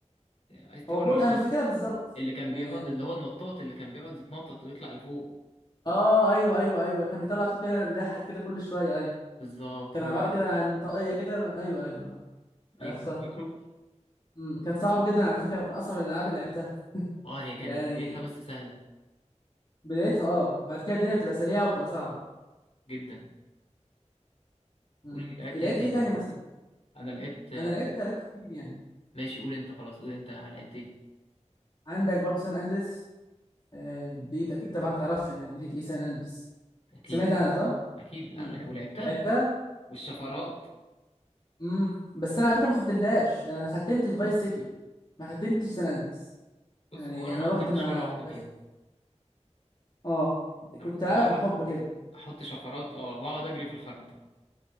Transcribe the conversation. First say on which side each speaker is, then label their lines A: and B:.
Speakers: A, on the left; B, on the left.
A: ايس تاور
B: هو برج
A: اللي
B: انا
A: كان
B: مش فاكرها بالظبط
A: اللي كان
B: يعني
A: بيقعد
B: يعني
A: اللي
B: مش...
A: هو النطاط اللي كان بيقعد يتنطط ويطلع لفوق
B: اه ايوه ايوه ايوه كان بيطلع صوت كده بيضحك كده كل شويه ايوه
A: بالظبط
B: كان
A: هو
B: عباره
A: ده.
B: كده عن طاقيه كده ايوه ايوه أه،
A: ايوه
B: عرفتها
A: فاكره
B: أمم، كان صعب جدا على فكره من اصعب الالعاب اللي لعبتها
A: اه هي كانت
B: يعني
A: بدايتها بس سهلة
B: بدايتها اه بعد كده الدنيا بتبقى سريعه وتبقى صعبه
A: جدا
B: أمم.
A: قول لي لعبت
B: لعبت
A: ايه تاني
B: ايه تاني مثلا
A: انا لعبت
B: انا لعبت لعبت كتير يعني
A: ماشي قول انت خلاص قول انت لعبت ايه
B: عندك برضه سان اندريس آه، دي اكيد طبعا تعرفها يعني جي تي اي سان اندريس
A: اكيد
B: سمعت عنها صح
A: اكيد لا
B: امم
A: لا ولعبتها
B: لعبتها
A: والشفرات
B: امم بس انا على فكره ما ختمتهاش يعني انا ختمت في فايس سيتي ما ختمتش سان اندريس
A: بص
B: يعني
A: هو انا
B: انا
A: ما
B: رحت
A: ختمتش
B: مع
A: ولا واحده
B: فايس
A: فيهم
B: سيتي اه
A: انا
B: كنت
A: كنت
B: العبك
A: بلعب
B: بالحب كده
A: احط شفرات اه واقعد اجري في الخريطه